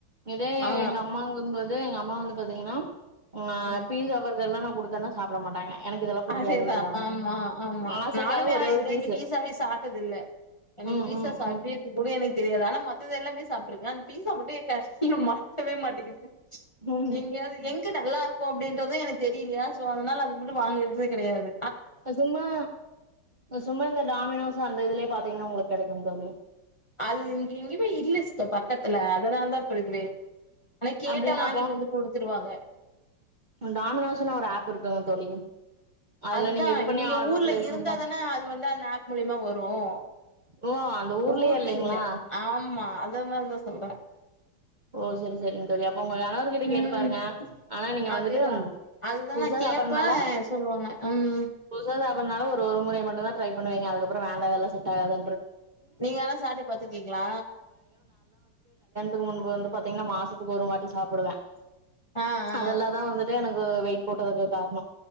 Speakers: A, on the right; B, on the left.
A: இதே
B: ஆ
A: எங்க அம்மாங்கங்கல் இதே எங்க அம்மா வந்து பாத்தீங்கனா ஆ
B: ம்
A: பீஸ்சா பர்கரெல்லா நா குடுத் தினம் சாப்புட மாட்டாங்க எனக்கு இதெல்லா புடிக்காதுன்ருவாங்க
B: அதே தா ஆமா ஆமா
A: ஆசைக்காக
B: நானுமே
A: ஒரே
B: ஆனா
A: ஒரு
B: இது வரைக்கு
A: பீஸு
B: பீஸாவே சாப்டது இல்ல எனக்கு
A: ம்
B: பீஸா
A: ம் ம்
B: எப்பிடி இருக்கும் கூட எனக்கு தெரியாது ஆனா மத்தது எல்லாமே சாப் சாப்புடுருக்கே அந்த பீஸா மட்டும் ய கண்ணுல மாட்டவே மாட்டிங்குது
A: ம்
B: எங்கியாது எங் நல்லா இருக்கும் அப்படின்றதும் எனக்கு தெரியலயா சோ அதுனால அது மட்டும் வாங்கனது கிடையாது
A: சும்மா சும்மா இந்த டாமினோஸ் அந்த இதுலயே பத்த அது இங்க உங்களுக்கு கிடைக்கும் தோழி
B: அது இங்க எங்கேயுமே இல்ல சிஸ்டர் பக்கத்துல அதனால தான் இப்ப இதுவே ஆனா கேட்டா
A: அப்டிங்களா
B: வாங்கிட்டு வந்து கொடுத்துருவாங்க
A: டாமினோஸ்ன்னு ஒரு ஆப் இருக்குங்க தோழி அதுல
B: அதுதான்
A: நீங்க இது பண்ணி
B: இங்க
A: ஆர்டர்
B: ஊர்ல
A: பிளேஸ்
B: இருந்தாதனே
A: பண்ணா
B: அது வந்து அந்த ஆப் மூலியமா வரும்
A: ஓ அந்த ஊர்லயே
B: ஊர்ல
A: இல்லைங்களா
B: இல்ல ஆமா அத மாரிதான் சொல்றேன்
A: ஓ சேரி சேரி இந்த உங்க கணவர் கிட்ட
B: ம்
A: கேட்டு பாருங்க ஆனா நீங்க வந்துட்டு
B: அதேதா அதுதா
A: புதுசா
B: நா கேப்பே
A: சாப்பறனால
B: சொல்லுவாங்க ம்
A: புதுசா பண்ணாலும் ஒரு ஒரு முறை மட்டும் தான் ட்ரை பண்ணுவீங்க அதுக்கப்புறம் வேண்டா இதெல்லாம் செட் ஆகாது
B: நீங்க ஆனா சாப்ட்டு பாத்துருக்கீங்களா
A: <unintelligible> உ வந்து பாத்தீங்கன்னா மாசத்துக்கு ஒரு வாட்டி சாப்பிடுவேன்
B: ஆ ஆ
A: அதெல்லாதான் வந்துட்டு எனக்கு வெயிட் போட்டதுக்கு காரணம்